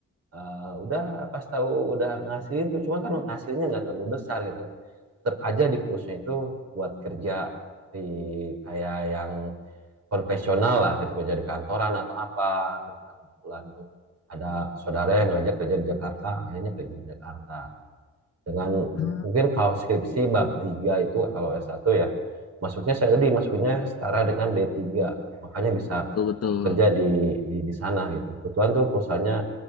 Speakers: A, on the right; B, on the left.
A: Eh, udah pas tahu udah ngasih itu cuma kan hasilnya nggak terlalu besar gitu tetap aja di pushnya itu buat kerja di kayak yang konvensional lah gitu kerja di kantoran atau apa gitu kan kebetulan tuh ada saudara yang ngajak kerja di Jakarta akhirnya kerja di Jakarta dengan
B: mm,
A: mungkin kalau skripsi bab 3 itu kalau s satu ya masuknya saya tadi masuknya setara dengan d tiga makanya bisa
B: betul betul.
A: kerja di di, di sana gitu kebetulan tuh perusahaannya